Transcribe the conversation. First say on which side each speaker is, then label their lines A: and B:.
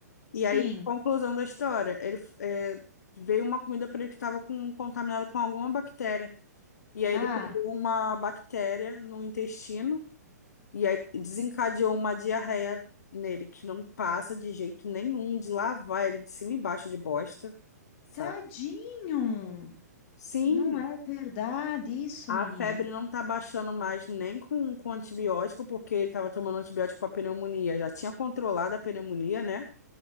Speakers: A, on the left; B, on the left.
A: Sim.
B: E aí, conclusão da história, ele é, veio uma comida para ele que estava com, contaminada com alguma bactéria. E aí
A: Ah,
B: ele pegou uma bactéria no intestino e aí desencadeou uma diarreia nele que não passa de jeito nenhum de lavar ele de cima e embaixo de bosta, sabe?
A: tadinho.
B: Sim,
A: Não é verdade isso,
B: a
A: menina?
B: febre não tá baixando mais nem com, com antibiótico, porque ele tava tomando antibiótico para pneumonia, já tinha controlado a pneumonia, né?